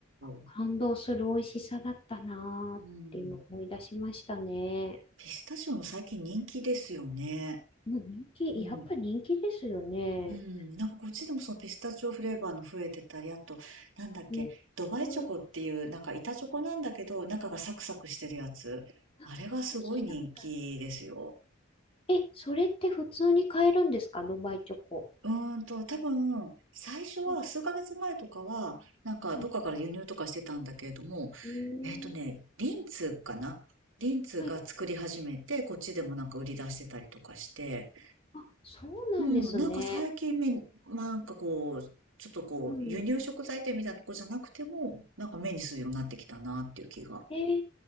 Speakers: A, on the right; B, on the left.
A: ー。
B: 感動する美味しさだったなーって今思い出しましたね。
A: うん。ピスタチオも最近人気ですよね。
B: もう人気、
A: うん。
B: やっぱ人気ですよね。
A: うん。なんかこっちでもそのピスタチオフレーバーの増えてたり、あと、なんだっけ、
B: うん。
A: ドバイチョコっていう、
B: うん
A: なんか板チョコなんだけど、中がサクサクしてるやつ。
B: あ、
A: あれがすごい人気ですよ。
B: なんか聞いたことある。え、それって普通に買えるんですかドバイチョコ。
A: うーんと、多分、最初は数ヶ月前とかは、
B: うん。
A: なんかどっかから輸入とかしてたんだけれども、
B: うん。うーん
A: えっとね、リンツかなリンツが作り始めて、
B: はい。
A: こっちでもなんか売り出してたりとかして、
B: あ、そうなんですね。
A: うん、なんか最近目に、なんかこう、ちょっとこう、
B: うん。
A: 輸入食材店みたいなとこじゃなくても、なんか目にするようになってきたなっていう気が。
B: えー、